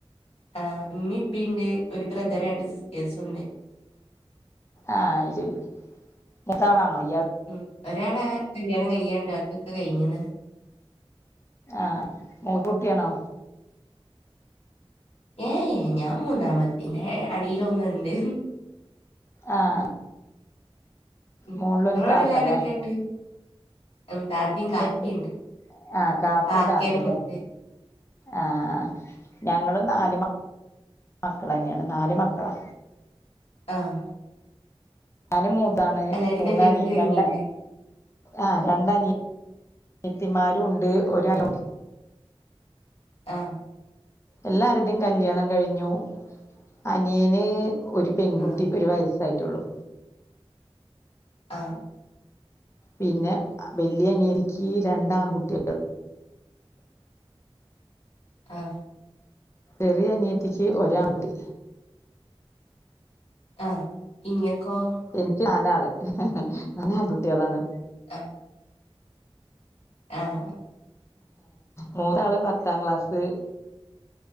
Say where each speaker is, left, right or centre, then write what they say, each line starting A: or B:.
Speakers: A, on the left; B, on the left.
A: ആഹ് ഇമ്മിം ഇപ്പിണ്ട് ഒരു ബ്രദർ രണ്ട് സിസ്റ്റേഴ്സുംണ്ട്
B: ആഹ് അഹ് ശരി മുത്താളാണോ ഇയാൾ
A: ഉം ഒരാളെ കല്യാണം കയ്യാണ്ട് ബാക്ക്യൊക്കെ കഴിഞ്ഞ്ണ്
B: ആഹ് മൂത്ത കുട്ട്യാണോ
A: ഏഹ് ഞാൻ മൂന്നാമ്മത്തി ഇന്റെ അടിയിലൊന്ന്ണ്ട്
B: ആഹ്
A: ഉം
B: മോൾലൊരു
A: ഇങ്ങളെ
B: താത്തല്ലേ
A: വീട്ടിലാരൊക്കെണ്ട് ഉം താത്തിം കാക്കിണ്ട്
B: എന്റ് ആഹ് കാക്കും
A: കാക്കേ
B: താത്തിലേ
A: മൂത്ത്
B: ആഹ് ആഹ് ഞങ്ങളും നാല് മ മക്കളന്നേണ് നാല് മക്കളാ
A: ആഹ്
B: ഞാനും മൂത്താണ്
A: എല്ലാരിം
B: മൂന്നനി
A: കല്യാണൊക്കെ കഴിഞ്ഞില്ലേ
B: രണ്ടെ ആഹ് രണ്ടനിയത്തിമാരുണ്ട് ഒരു <unintelligible>
A: ആഹ്
B: എല്ലാരുടെം കല്യാണം കഴിഞ്ഞു അനിയന് ഒരു പെങ്കുട്ടി
A: ആഹ്
B: ഒരു വയസ്സായി റ്റുള്ളൂ
A: ആഹ്
B: പിന്നെ വല്ല്യാ അനിയരിക്കി രണ്ടാൻകുട്ട്യാ
A: ആഹ്
B: ചെറ്യാ അനിത്തിക്ക് ഒരാൻകുട്ടി
A: ആഹ് ഇങ്ങക്കോ
B: എനിക്ക് നാലാള് നാലാൺ കുട്ട്യളാണ്
A: ആഹ് ആഹ്
B: നൂറാൾ പത്താം ക്ലാസ്